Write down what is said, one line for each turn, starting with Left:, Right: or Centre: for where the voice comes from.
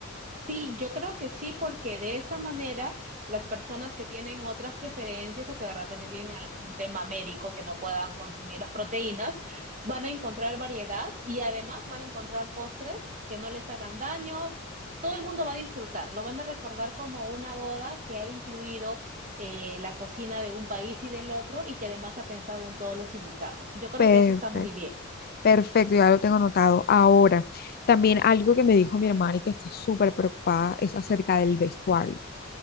Right: Sí, yo creo que sí, porque de esta manera las personas que tienen otras preferencias o que de repente tienen algún tema médico que no puedan consumir las proteínas, van a encontrar variedad y además van a encontrar postres que no les hagan daño. Todo el mundo va a disfrutar, lo van a recordar como una boda que ha incluido eh, la cocina de un país y del otro y que además ha pensado en todos los invitados. Yo creo
Left: Perfecto,
Right: que eso está muy bien.
Left: perfecto, ya lo tengo anotado. Ahora, también algo que me dijo mi hermana y que está súper preocupada es acerca del vestuario.